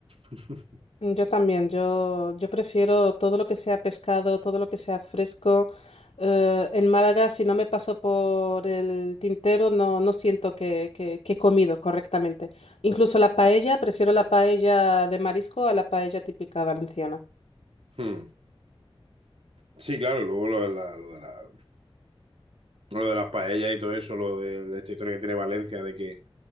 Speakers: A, on the right; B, on the left.
A: <laughs>
B: Mm, Yo también, yo, yo prefiero todo lo que sea pescado, todo lo que sea fresco. Eh, en Málaga, si no me paso por el tintero, no, no siento que, que- que he comido correctamente. Incluso la paella, prefiero la paella de marisco a la paella típica valenciana.
A: Hmm. Sí, claro, y luego lo de la, lo de la- lo de las paellas y todo eso, lo de, de esta historia que tiene Valencia, de que